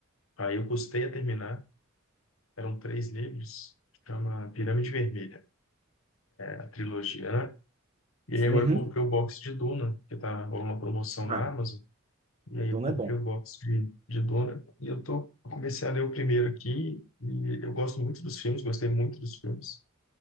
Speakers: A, on the left; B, on the right.
A: Aí eu custei a terminar. Eram três livros. Chama Pirâmide Vermelha, a trilogia, né? E aí agora
B: Uhum.
A: eu comprei o box de Duna, que tá rolando uma promoção na
B: Ah,
A: Amazon. E aí eu
B: Duna
A: comprei
B: é bom.
A: o box de, de Duna. E eu tô, eu comecei a ler o primeiro aqui. E eu gosto muito dos filmes, gostei muito dos filmes.